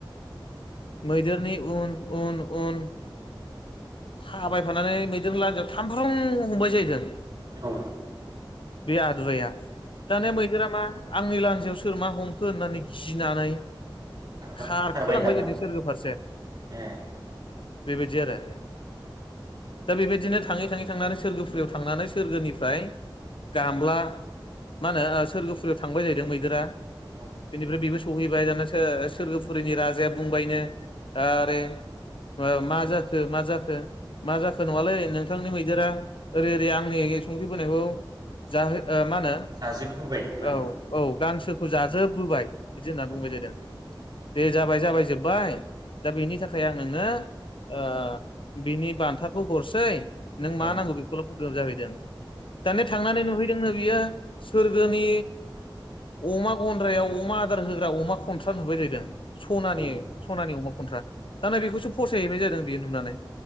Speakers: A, on the left; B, on the right.
A: मैदेरनि उन उन उन थाबायफानानै मैदेर लानजायाव थामब्रुम हमबाय जाहैदों।
B: औ
A: बे आदुवाया दानिया मैदेरा मा आंनि लानजायाव सोर मा हमखो होननानै गिनानै
B: खारबा
A: खारखोलांबाय
B: खारबाय दाबबाय
A: नो सोरगो फारसे
B: ए
A: बेबायदि आरो।
B: औ
A: दा बेबायदिनो थाङै थाङै थांनानै सोरगोफुरियाव थांनानै सोरगोनिफ्राय गामब्ला मा होनो सोरगोफुरियाव थांबाय जाहैदों मैदेरा
B: औ
A: बेनिफ्राय बेबो सहैबाय दाना सो-सोर्गोफुरिनि राजाया बुंबायनोे आरे ओ मा जाखो मा जाखो? मा जाखो नङालै नोंथांनि मैदेरा ओरै ओरै आंनि संख्रि बोनायखौ जाहो ओ मा होनो
B: जाजोबबोबाय नामा
A: औ औ गांसो ओ जाजोब बोबाय। बिदि होनना
B: औ
A: बुंबाय जायोदों। दे जाबाय जाबाय जोब्बाय दा बेनि थाखाय आं नोंनो ओ बिनि बान्थाखौ हरसै नों मा
B: औ
A: नांगौ बेखौल' बुं <unintelligible> दानो
B: औ
A: थांनानै नुहैदोंनो बियो सोर्गोनि अमा गन्द्रायाव अमा आदार होग्रा अमा खन्थ्रा नुबाय जाहैदों। स'नानि
B: औ
A: स'नानि अमा खन्थ्रा। दा ना बेखौसो फसायहैबाय जाहैदों बियो नुनानै।